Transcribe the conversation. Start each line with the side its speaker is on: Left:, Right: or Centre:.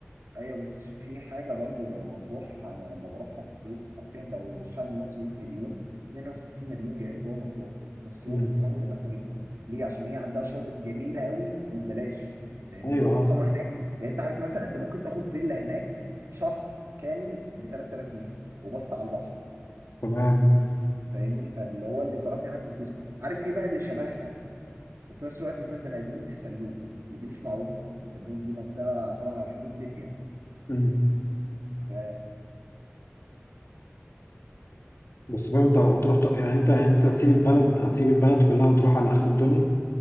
Right: ايوه بس في حاجه برضو مطروح انا لما بروحها في الصيف عارفين لو الشعب المصري 100 مليون منهم 60 مليون جا- جوه مطروح مسرو-
Left: مم.
Right: مطروح بتبقى زحمه جدا ليه عشان هي عندها شاطئ جميله قوي وببلاش فاهمني
Left: ايوه
Right: والاقامه
Left: اه
Right: هناك يعني انت عارف مثلا انت ممكن تاخد فيلا هناك شهر كامل ب 3000 جنيه وبص على البحر
Left: تمام
Right: فاهمني فاللي هو الايجارات هناك رخيصه عارف ايه بقى اللي شبهها وفي نفس الوقت ما فيهاش بني ادمين السلوم ودي مش معروفه يعني السلوم دي منطقه طبعا على حدود ليبيا
Left: مم.
Right: ف
Left: بس فاهم انت
Right: آه،
Left: هتروح ت- يعني انت يعني انت هتسيب البلد هتسيب البلد كلها وتروح على اخر الدنيا